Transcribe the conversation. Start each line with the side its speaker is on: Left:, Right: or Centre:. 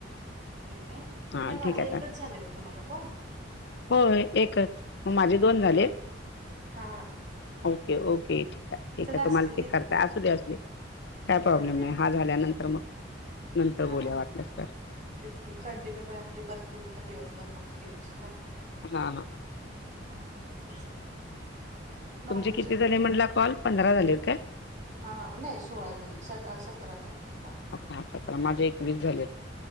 Right: होय काय
Left: हा
Right: मग ना माझा
Left: ठीक आहे
Right: एकच
Left: आता
Right: झालाय काय तुम्हाला कॉल
Left: होय एकच मग माझे दोन झाले
Right: हा
Left: ओके ओके ठीक आहे ठीक
Right: चला
Left: आहे तुम्हाला
Right: असू दे
Left: चेक
Right: ठीक
Left: करताय
Right: आहे
Left: असू दे असू दे काय प्रॉब्लेम
Right: नाहीतरी
Left: नाही हा झाल्यानंतर मग नंतर
Right: हा
Left: बोलया वाटलस तर
Right: तेच की कंटिन्यू करा म्हणजे परत तुम्ही पण दिवसभर मग फ्री बसशीला
Left: हा हा हा
Right: काय निवांतच की नॉनव्हेज
Left: तुमचे किती
Right: वगैरे
Left: झाले म्हटला
Right: काय
Left: कॉल पंधरा झालेत काय.
Right: हा नाही सोळा झाले सत सतरा झाले आता
Left: हा सतरा माझे एकवीस झालेत